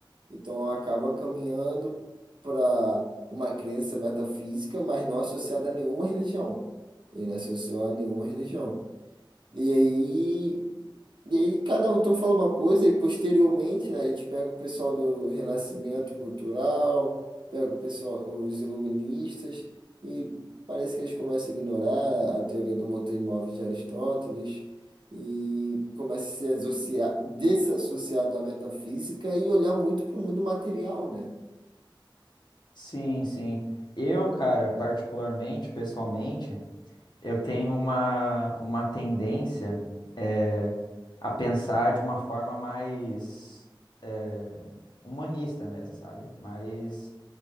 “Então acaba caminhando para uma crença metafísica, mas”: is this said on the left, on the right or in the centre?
Right